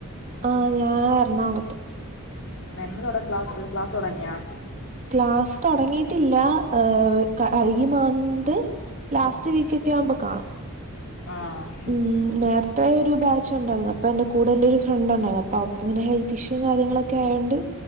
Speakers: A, on the right; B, on the left.
A: ആ ഞാൻ എറണാകുളത്ത്.
B: ന്ന് തുടാ ക്ലാസ് ക്ലാസ് തുടങ്ങിയാ
A: ക്ലാസ് തുടങ്ങിയിട്ടില്ല കഴകി ഈ മന്ത്. ലാസ്റ്റ് വീക്കൊക്കെ ആവുമ്പോ കാണും
B: ആഹ്
A: ഉമ് നേരത്തെ ഒരു ബാച്ച് ഉണ്ടായിരുന്നു അപ്പൊ എന്റെ കൂടെ എന്റെ ഒരു ഫ്രണ്ട് ഉണ്ടായിരുന്നു അപ്പൊ അവക്ക് ഇങ്ങനെ ഹെൽത്ത് ഇഷ്യൂ <unintelligible> കാര്യങ്ങളൊക്കെ ആയതൊണ്ട്